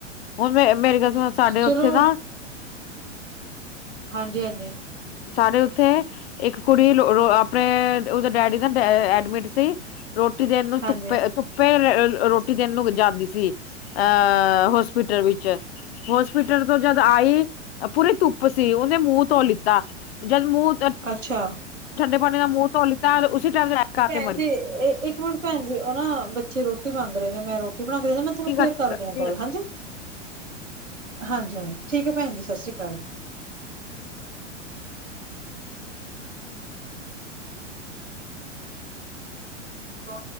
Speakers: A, on the left (about 55°); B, on the right (about 85°).
A: ਹੁਣ ਮੇ ਮੇਰੀ ਗਲ ਸੁਣੋ, ਸਾਡੇ ਔਥੇ
B: ਚਲੋ
A: ਨਾ
B: ਹਾਂਜੀ, ਹਾਂਜੀ।
A: ਸ ਸਾਰੇ ਉੱਥੇ ਇੱਕ ਕੁੜੀ ਰੋ ਆਪਣੇ ਉਦੇ ਡੈਡੀ ਨਾ ਡੈਅ ਐਡਮਿਟ ਸੀ। ਰੋਟੀ ਦੇਣ ਨੂੰ
B: ਹਾਂਜੀ-ਹਾਂਜੀ
A: ਧੁੱਪੇ- ਧੁੱਪੇ ਰੇ-ਰੋਟੀ ਦੇਣ ਨੂੰ ਜਾਂਦੀ ਸੀ। ਅਹ ਅਹ, ਹੋਸਪਿਟਲ ਵਿੱਚ। ਹੋਸਪਿਟਲ ਤੋਂ ਜਦ ਆਈ ਅ ਪੂਰੀ ਧੁੱਪ ਸੀ, ਔਨੇ ਮੂੰਹ ਧੋ ਲਿੱਤਾ, ਜਦ ਮੂੰਹ ਤ
B: ਅੱਛਾ।
A: ਠੰਡੇ ਪਾਣੀ ਨਾਲ ਮੂੰਹ ਧੋ ਲਿੱਤਾ ਔਰ ਉਸੀ ਟਾਈਮ ਅਟੈਕ ਆ
B: ਭੈਣ
A: ਕੇ ਮਰ
B: ਜੀ,
A: ਗਈ
B: ਏਹ ਇੱਕ ਮਿੰਟ ਭੈਣ ਜੀ, ਓਹ ਨਾ ਬੱਚੇ ਰੋਟੀ ਮੰਗ ਰਹੇ ਨੇ ਮੈਂ ਰੋਟ ਤੂ ਬਣਾ ਕੇ ਦੇਦੇ, ਮੈਂ ਥੁਨੂੰ ਫੇਰ
A: ਹਾਂਜੀ,
B: ਕਰਦੀ ਹਾਂ ਕੋਲ, ਹਾਂਜੀ। ਹਾਂਜੀ- ਹਾਂਜੀ, ਠੀਕ ਏ ਭੈਣ ਜੀ ਸਤ ਸ੍ਰੀ ਕਾਲ। ਕੋ